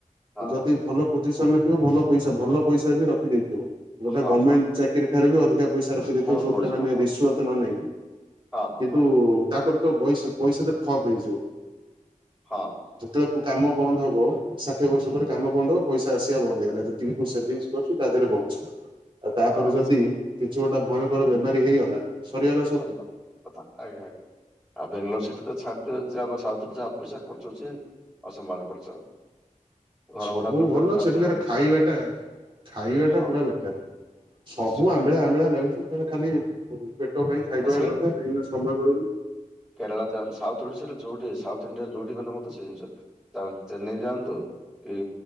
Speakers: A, in the centre; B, on the right.
A: ହଁ
B: ଯଦି ଭଲ ପୋଜିସନ ରେ ଥିବ ଭଲ ପଇସା ଭଲ ପଇସା ବି ରଖିଦେଇଥିବ। ଗୋଟେ
A: ହଁ
B: ଗଭର୍ଣ୍ଣମେଣ୍ଟ
A: ହଁ ହଁ
B: ଚାକିରି ଠାରୁ ବି ଅଧିକା ପଇସା ରଖିଦେଇଥିବ
A: ବହୁତ
B: ଯୋଉଥିରୋ
A: ବହୁତ ସ୍ମ-
B: ମାନେ
A: ହଁ
B: ରିଷୱତ ନ ନେଇକି
A: ହଁ ହଁ
B: କିନ୍ତୁ
A: ହଁ
B: ତାପରେ ତ ବଇସ ପଇସା ତ ଠପ୍ ହେଇଯିବ।
A: ହଁ।
B: ଯେତେବେଳେ କାମ ବନ୍ଦ ହବ ଷାଠିଏ ବର୍ଷ
A: ହୁଁ
B: ପରେ କାମ ବନ୍ଦ ହବ ପଇସା ଆସିବା ବନ୍ଦ ହେଇଗଲା ଯେତିକି ମୁ ସେଟିଙ୍ଗସ କରିଚୁ ତା ଦେହରେ ବଞ୍ଚ। ଆଉ ତାପରେ
A: ହଁ
B: ଯଦି
A: ସେ
B: କିଛି ଗୋଟେ ଭୟଙ୍କର ବେମାରୀ ହେଇଗଲା ଶରୀଗଲା।
A: ସଲା କଥା ଆଜ୍ଞା ଆଜ୍ଞା। ଆଉ ବାଙ୍ଗାଲୋର ସିଟି ତ ଛାଡିଦିଅ ଯା ସାଉଥ ଯାହା ପଇସା ଖର୍ଚ୍ଚଚି। ଅସମ୍ଭାଳ ଖର୍ଚ୍ଚ। ଘର
B: ସବୁ
A: ଭଡା ନେଲେ
B: ଭଲ
A: ତ ଗୋଟେ ଚାଳିଶ
B: ସେଠିକାର
A: ହଜାର ପଚାଶ
B: ଖାଇବାଟା
A: ହଜାର
B: ଖାଇବା
A: ହଁ
B: ଟା ପୁରା ବେକାର। ସବୁ
A: ନିଶ୍ଚୟ।
B: ଆମ୍ବିଳା ଆମ୍ବିଳା ଲାଗୁଚି <unintelligible> ଖାଲି ହଉ ପେଟ ପାଇଁ ଖାଇଦବା
A: ନାଇଁ,
B: କଥା କାହିଁକି ନା ସମୟ ମିଳୁନି।
A: କେରଳଳା ଯାନ୍ ସାଉଥ ଓଶାରେ ଯୋଉଠି ସାଉଥ ଇଣ୍ଡିଆ ଯୋଉଠି ଗଲେ ମତେ ସେ ଜିନଷ। ତାମେ ଚେନ୍ନାଇ ଯାଆନ୍ତୁ କି